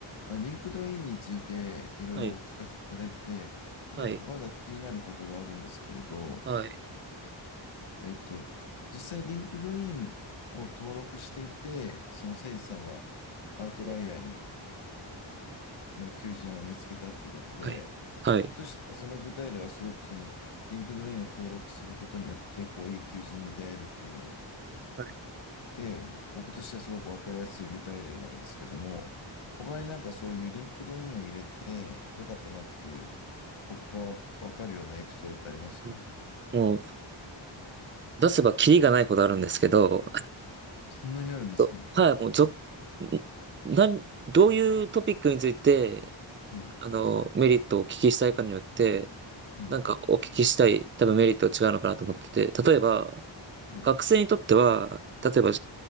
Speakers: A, on the left; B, on the right.
A: まあリンクドインについていろいろお聞かせいただいて、
B: はい、
A: で、
B: はい、
A: まだ気になることがあるんですけれど、
B: はい、
A: えっと、実際リンクドインを登録していて、そのせいさんはアウトライヤーに
B: はい、
A: の求人を見つけたっていうことで、
B: はい、はい。
A: 僕としてはその具体例はすごくそのリンクドインを登録することによって、こういい求人に出会えるっていうの
B: は
A: で、僕としてはすごく分かりやすい具体例なんですけども、他になんかそういうリンクドインを入れてよかったなっていう、僕が分かるようなエピソードってありますかね
B: いもう、出せばキリがないことあるんですけど、<laughs> あ
A: そんなにあるんですね。
B: と、はい、もう、ぞ、なん、どういうトピックについて、
A: はい、
B: あの、メリットをお聞きしたいかによって、
A: はい、
B: なんかお聞きしたい、多分メリットが違うのかなと思ってて、例えば、
A: はい、
B: 学生にとっては、例えば、